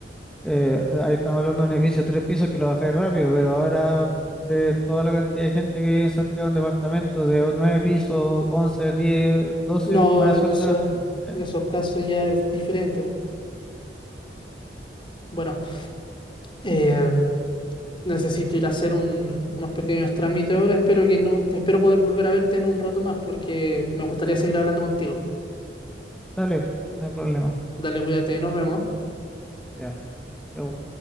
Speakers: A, in the centre; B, on the left (about 30°).
A: Eh, ahí estamos hablando de un edificio de tres pisos que lo bajáis rápido, pero ahora ve toda la cantidad de gente que vive en Santiago en departamentos de o- nueve pisos, once, diez, doce.
B: No,
A: Buena
B: en
A: suerte
B: eso,
A: bajando. Eh,
B: en esos casos ya es diferente. Bueno. eh, Necesito ir a hacer un- unos pequeños trámites ahora. Espero que no, espero poder volver a verte en un rato más porque me gustaría seguir hablando contigo.
A: dale, no hay problema.
B: Dale, cuídate y nos vemos.
A: Ya. chau.